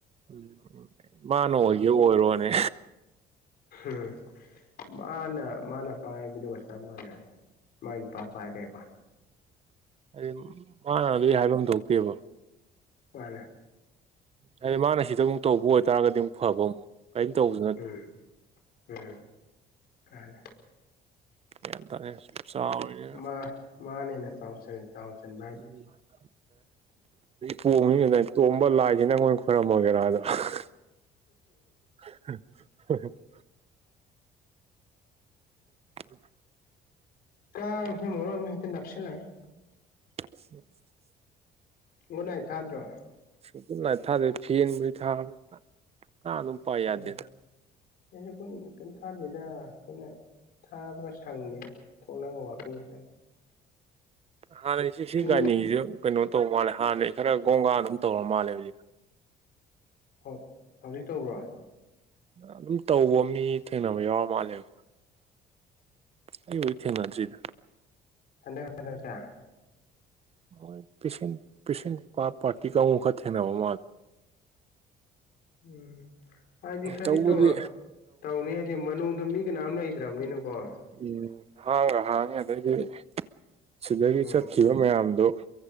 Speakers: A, on the right (about 35°); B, on the left (about 65°).
A: ꯎꯝ ꯃꯥꯅ ꯑꯣꯏꯒꯦ ꯑꯣꯏꯔꯣꯅꯦ
B: ꯎꯝ ꯃꯥꯅ ꯃꯥꯅ ꯄꯥꯏꯕꯗꯨꯒ ꯆꯞ ꯃꯥꯟꯅꯔꯦ ꯃꯥꯏ ꯅꯨꯄꯥ ꯄꯥꯏꯔꯦꯀꯣ
A: ꯎ ꯍꯥꯏꯗꯤ ꯃꯥꯅ ꯑꯗꯨꯗꯤ ꯍꯥꯏꯐꯝ ꯊꯣꯛꯇꯦꯕ
B: ꯋꯥꯔꯦ
A: ꯍꯥꯏꯗꯤ ꯃꯥꯅ ꯁꯤꯗ ꯑꯃꯨꯛ ꯇꯧꯕ ꯑꯣꯏꯇꯥꯔꯒꯗꯤ ꯑꯃꯨꯛ ꯐꯕ ꯑꯃꯨꯛ ꯀꯩꯏꯝ ꯇꯧꯕꯁꯦ
B: ꯎꯝ ꯎꯝ ꯃꯅꯦ
A: ꯒꯔꯥꯟꯗ ꯇꯥꯗꯦ ꯆꯥꯎꯔꯤꯅꯦꯅ
B: ꯃꯥ ꯃꯥꯅ ꯍꯦꯟꯅ ꯆꯥꯎꯁꯤꯜ ꯆꯥꯎ ꯆꯟꯕ <unintelligible>
A: ꯎꯝ <inaudible> ꯀꯣꯝꯃꯤꯀꯩꯅꯣ ꯑꯩ ꯇꯣꯝꯕ ꯂꯥꯏꯁꯤ ꯅꯪꯑꯣꯏ ꯈꯣꯏꯔꯝꯃꯒꯦꯔꯥ ꯑꯗꯣ <unintelligible> <inaudible> <inaudible>
B: ꯀꯥꯡ ꯍꯨꯝꯃꯔꯣ ꯑꯃ ꯍꯦꯛꯇ ꯅꯞꯁꯤꯜ ꯂꯩ <unintelligible>
A: <inaudible>
B: ꯒꯨꯗ ꯅꯥꯏꯠ ꯊꯥꯗ꯭ꯔꯣ
A: ꯨꯒꯨꯗ ꯅꯥꯏꯠ ꯊꯥꯗꯦ ꯐꯦꯟꯕꯨꯗꯤ ꯊꯥꯕꯅꯦ ꯀꯥꯡ ꯑꯗꯨꯝ ꯄꯥꯏ
B: ꯎꯝ
A: ꯌꯥꯗꯦꯗ
B: ꯑꯩꯁꯨꯈꯟ ꯀ ꯊꯥꯗꯦꯗ ꯑꯩꯈꯣꯟ <unintelligible> ꯊꯥꯕꯒ ꯁꯪꯗꯦꯔꯥ ꯊꯣꯂꯒ ꯋꯥꯛꯀꯤꯡ ꯆꯠꯂꯤ
A: ꯍꯥꯟꯅꯩꯁꯤ ꯁꯤ
B: ꯐꯤ
A: ꯒꯥꯏꯅꯤꯁꯤꯖꯨ ꯀꯩꯅꯣ ꯇꯧꯕ ꯃꯥꯜꯂꯦ ꯍꯥꯟꯅꯩ ꯈꯔ ꯒꯣꯡꯒꯥ ꯑꯗꯨꯝ ꯇꯧꯔ ꯃꯥꯜꯂꯦ ꯍꯧꯖꯤꯛ
B: ꯍ ꯍꯧꯖꯤꯛ ꯇꯧꯕ꯭ꯔꯥ
A: ꯑꯗꯨꯝ ꯇꯧꯕ ꯃꯤ ꯊꯦꯡꯅꯕ ꯌꯥꯎꯔ ꯃꯥꯜꯂꯦꯕ ꯑꯩꯕꯨꯗꯤ ꯊꯦꯡꯅꯗ꯭ꯔꯤꯗ
B: ꯍꯟꯗꯛ ꯍꯟꯗꯛꯁꯦ
A: ꯍꯣꯏ ꯄꯦꯁꯦꯟ ꯄꯦꯁꯦꯟ ꯄꯥꯔꯇꯤ ꯀꯥꯡꯒꯨ ꯈꯔ ꯊꯦꯡꯅꯕ ꯃꯥꯜꯂꯦ
B: ꯎꯝ ꯍꯥꯏꯗꯤ ꯈꯔꯗꯤ
A: ꯇꯧꯕꯗꯤ
B: ꯇꯧꯔꯛ ꯇꯧꯅꯤ ꯍꯥꯏꯗꯤ ꯃꯅꯨꯡꯗ ꯃꯤ ꯀꯅꯥꯝ ꯂꯩꯗ꯭ꯔꯕꯅꯤꯅ ꯍꯣꯏ
A: ꯎꯝ ꯍꯥꯡꯒ ꯍꯥꯡꯉꯦ ꯑꯗꯩꯗꯤ ꯁꯤꯗꯒꯤ
B: ꯎꯝ
A: ꯆꯠꯈꯤꯕ ꯃꯌꯥꯝꯗꯨ